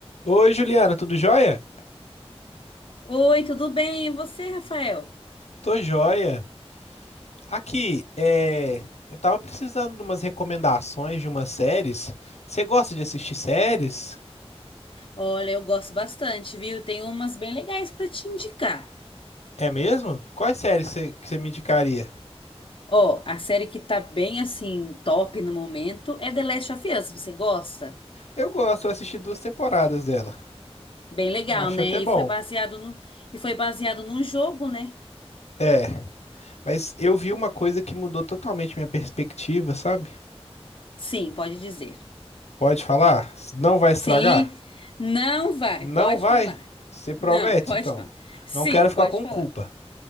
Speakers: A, on the left; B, on the left.
A: Oi, Juliana, tudo jóia?
B: Oi, tudo bem? E você, Rafael?
A: Tô jóia. Aqui, é... eu tava precisando de umas recomendações de umas séries. Você gosta de assistir séries?
B: Olha, eu gosto bastante, viu? Tem umas bem legais pra te indicar.
A: É mesmo? Quais séries você- que você me indicaria?
B: Ó, a série que tá bem assim top no momento é The Last of Us. Você gosta?
A: Eu gosto, eu assisti duas temporadas dela.
B: Bem legal,
A: Eu acho
B: né?
A: até bom.
B: E foi baseado no e foi baseado num jogo, né?
A: É, mas eu vi uma coisa que mudou totalmente minha perspectiva, sabe?
B: Sim, pode dizer.
A: Pode falar? Não vai estragar?
B: Sim. Não vai,
A: Não
B: pode
A: vai?
B: falar.
A: Você promete,
B: Não, pode
A: então?
B: falar. Sim,
A: Não quero ficar
B: pode
A: com
B: falar.
A: culpa.